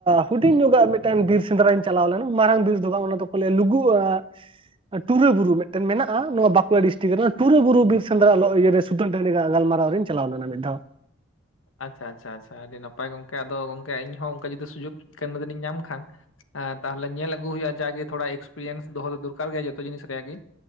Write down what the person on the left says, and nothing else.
ᱟᱪᱪᱷᱟ ᱟᱪᱪᱷᱟ ᱟᱪᱪᱷᱟ, ᱟᱹᱰᱤ ᱱᱟᱯᱟᱭ ᱜᱚᱝᱠᱮ ᱟᱫᱚ ᱜᱚᱝᱠᱮ ᱤᱧ ᱦᱚᱸ ᱚᱝᱠᱟ ᱡᱩᱫᱤ ᱥᱩᱡᱩᱜ, ᱠᱳᱱᱳ ᱫᱤᱱᱤᱧ ᱧᱟᱢ ᱠᱷᱟᱱ ᱮᱸ ᱛᱟᱦᱟᱞᱮ ᱧᱮᱞ ᱟᱹᱜᱩ ᱦᱩᱭᱩᱜᱼᱟ ᱡᱟᱜᱮ ᱛᱷᱚᱲᱟ ᱮᱠᱥᱯᱨᱤᱭᱮᱱᱥ ᱫᱚᱦᱚ ᱫᱚ ᱫᱚᱨᱠᱟᱨ ᱜᱮ ᱡᱚᱛᱚ ᱡᱤᱱᱤᱥ ᱨᱮᱭᱟᱜ ᱜᱮ᱾